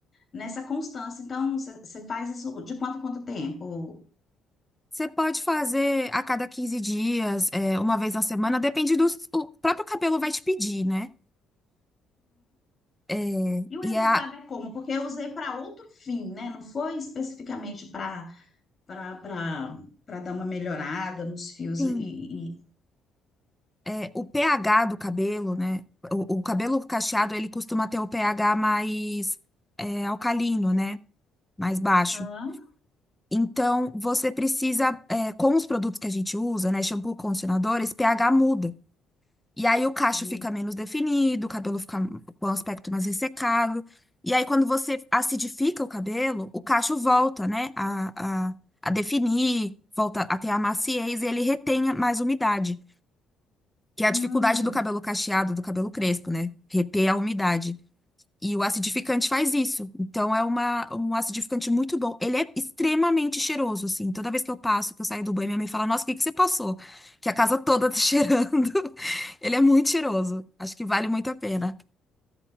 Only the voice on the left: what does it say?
nessa constância. Então você, você faz isso de quanto a quanto tempo?
E o resultado
é como? Porque eu usei para outro fim, né? Não foi especificamente para para para dar uma melhorada nos fios
e, e- e-
Aham.
Entendi.
Hum.